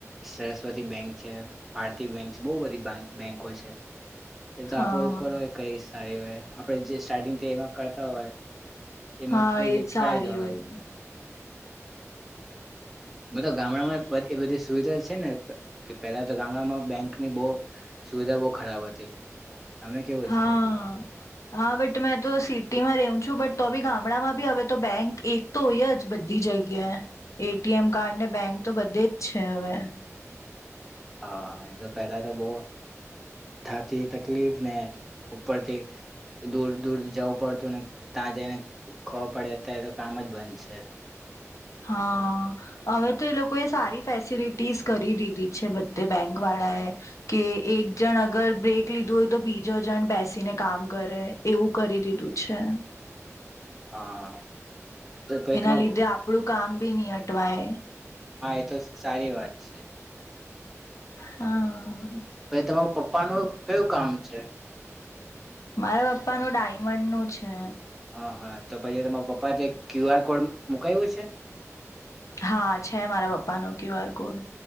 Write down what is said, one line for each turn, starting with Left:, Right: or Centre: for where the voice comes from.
Centre: સરસ્વતી બેંક છે, ભારતી બેંક છે બહુ બધી બેંકો છે. એ તો
Left: હા
Centre: આપડો ઉપર હોય કંઈશ. સારી હોય એ. આપણે જે સ્ટાર્ટિંગ એમાં કરતા હોય, એમાં
Left: હા
Centre: કરી
Left: એજ સારી
Centre: દેવાનું.
Left: હોય
Centre: બ ગામડામાં એ બધી સુવિધા છે ને કે પેલા તો ગામડામાં બેંકની બહ, સુવિધા બહ ખરાબ હતી. અમે કેવું
Left: હા
Centre: છે
Left: હા બટ મેં તો સિટીમાં રું છું બટ તો ગામડામાં બી હવે તો બેંક એક તો હોય જ બધી જગ્યાએ, એ ટી એમ કાર્ડ ને બેંક તો બધે જ છે હવે.
Centre: હા હા એ તો પેલા તો બહ, થાતી તકલીફ ને ઉપરથી દૂર દૂર જવું પડતું ને ત્યાં જઈને ખબર પડે અત્યારે તો કામ જ બંધ છે.
Left: હા હવે તો એ લોકોએ સારી ફેસિલિટીસ કરી દીધી છે બધે બેંક વાળાએ, કે એક જણ અગર બ્રેક લીધું હોય તો બીજો જણ બેસીને કામ કરે એવું કરી દીધું છે.
Centre: હા. તો પછી
Left: એના
Centre: તમાર
Left: લીધે આપડું કામ બી નહી અટ ટવાય.
Centre: હા એ તો સારી વાત છે.
Left: હા.
Centre: ભ તમાર પપ્પા ન કયું કામ છે?
Left: મારા પપ્પા નું ડાયમંડ નું છે.
Centre: હા હા તો પછી તમારા પપ્પા ક્યુ આર કોડ મુકાયું છે?
Left: હા છે મારા પપ્પા નો ક્યુ આર કોડ.